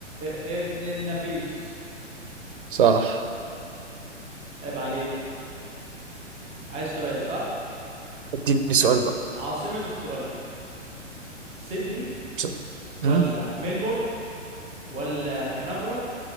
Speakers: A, in the centre; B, on the right.
A: ابن النفيس
B: صح
A: عيب عليك عايز سؤال صح
B: اديني سؤال بقى
A: عاصمة استراليا سيدني
B: بسرعة.
A: ولا
B: مم؟
A: ميلبورن ولا كانبرا